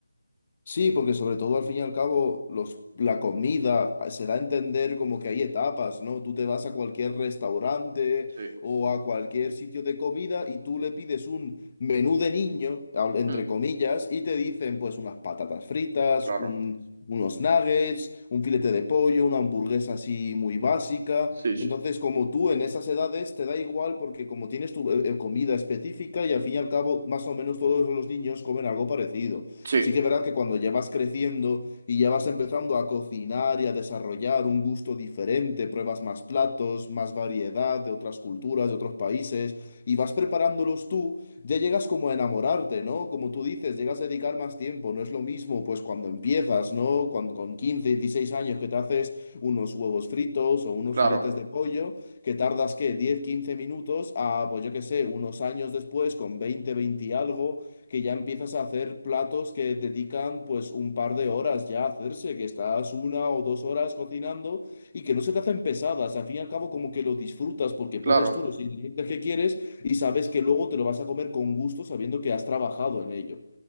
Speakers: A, on the left; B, on the right.
A: Sí, porque sobre todo al fin y al cabo los, la comida ah, se da a entender como que hay etapas, ¿no? Tú te vas a cualquier restaurante
B: Sí,
A: o a cualquier sitio de comida y tú le pides un menú de niño, al- entre
B: Mm,
A: comillas, y te dicen pues unas patatas fritas,
B: claro,
A: un- unos nuggets, un filete de pollo, una hamburguesa así muy básica.
B: sí, sí,
A: Entonces como tú en esas edades te da igual porque como tienes tu eh, eh, comida específica y al fin y al cabo más o menos todos los niños comen algo parecido.
B: Sí.
A: Sí que es verdad que cuando ya vas creciendo y ya vas empezando a cocinar y a desarrollar un gusto diferente, pruebas más platos, más variedad de otras culturas, de otros países, y vas preparándolos tú, ya llegas como a enamorarte, ¿no? Como tú dices, llegas a dedicar más tiempo, no es lo mismo pues cuando empiezas, ¿no? Cuando con 15 16 años que te haces unos huevos fritos o unos
B: claro,
A: filetes de pollo, que tardas, ¿qué? diez quince minutos a, pues yo qué sé, unos años después, con 20 20 y algo que ya empiezas a hacer platos que dedican pues un par de horas ya a hacerse, que estás una o dos horas cocinando y que no se te hacen pesadas, al fin y al cabo como que lo disfrutas porque
B: claro.
A: pones tú los ingredientes que quieres y sabes que luego te lo vas a comer con gusto sabiendo que has trabajado en ello.